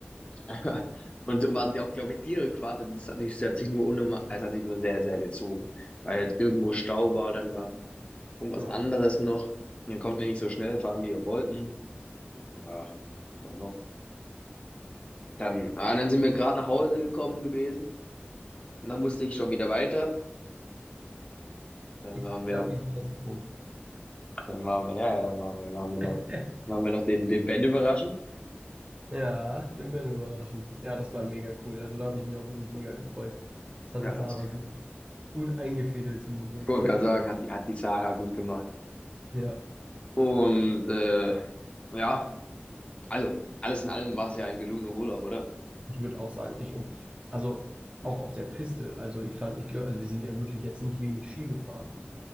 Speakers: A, on the left; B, on the right.
A: <laughs> Und so waren die auch, glaube ich, die Rückfahrt. Und das hat nicht, das hat sich nur unnormal, es hat sich nur sehr, sehr gezogen. Weil halt irgendwo Stau war, dann war irgendwas
B: ja.
A: anderes noch. Und dann konnten wir nicht so schnell fahren, wie wir wollten. Ja, das war noch. Dann, ah, dann sind wir gerade nach Hause gekommen gewesen. Und dann musste ich schon wieder weiter. Dann
B: Ich
A: waren
B: glaube,
A: wir,
B: ich bin das rum.
A: dann waren wir, ja, ja, dann waren wir, waren wir noch,
B: <laughs>
A: waren wir noch den, den Ben überraschen.
B: Ja, den Ben überraschen. Ja, das war mega cool. Also da habe ich mich auch wirklich mega gefreut. Das
A: Ja,
B: hatte Sarah
A: das
B: gut, gut eingefädelt zum Geburtstag.
A: kann man sagen, hat, die- hat die Sarah gut gemacht.
B: Ja,
A: Und äh, ja, also alles in allem war es ja ein gelungener Urlaub, oder?
B: ich würde auch sagen, ich und also auch auf der Piste. Also ich fand, ich glaube, also wir sind ja wirklich jetzt nicht wenig Ski gefahren.